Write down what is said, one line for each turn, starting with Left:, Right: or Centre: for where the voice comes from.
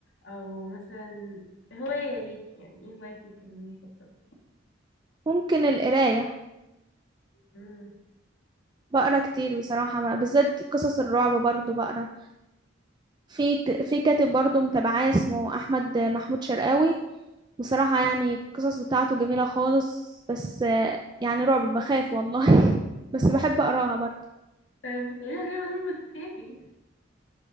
Left: او مثلا هواية ليكي يعني ايه هوايتك المفضلة
Right: ممكن القرايه
Left: مم.
Right: بقرا كتير بصراحه ما- بالذات قصص الرعب برضو بقرا في ك- في كاتب برضو متابعاه اسمه احمد محمود شرقاوي بصراحة يعني القصص بتاعته جميلة خالص بس آه، يعني رعب بخاف والله <laughs> بس بحب اقراها برضه
Left: طيب بتقوليها ليه مادام بتخافي